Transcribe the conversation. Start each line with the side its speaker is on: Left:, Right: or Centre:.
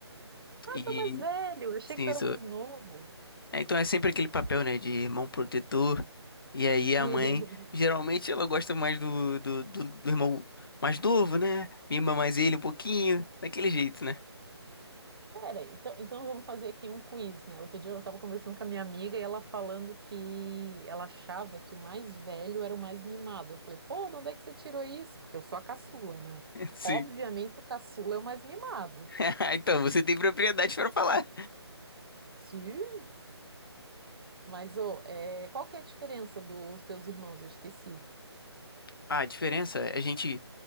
Right: Ah,
Left: E
Right: tu é mais velho, eu achei
Left: sim,
Right: que tu era
Left: sou.
Right: mais novo.
Left: É, Então é sempre aquele papel, né, de irmão protetor. E aí a
Right: <laughs>
Left: mãe, geralmente ela gosta mais do, do, do, do irmão mais novo, né? Mima mais ele um pouquinho, daquele jeito, né?
Right: Pera, então, então vamos fazer aqui um quiz, né? Outro dia eu tava conversando com a minha amiga e ela falando que ela achava que o mais velho era o mais mimado. Eu falei, pô, de onde é que você tirou isso? Porque eu sou a caçula, né?
Left: <laughs> Sim.
Right: Obviamente o caçula é o mais mimado.
Left: <laughs> Então, você tem propriedade para falar.
Right: Sim. Mas, ô, é, qual que é a diferença dos teus irmãos? Eu esqueci.
Left: A diferença, a gente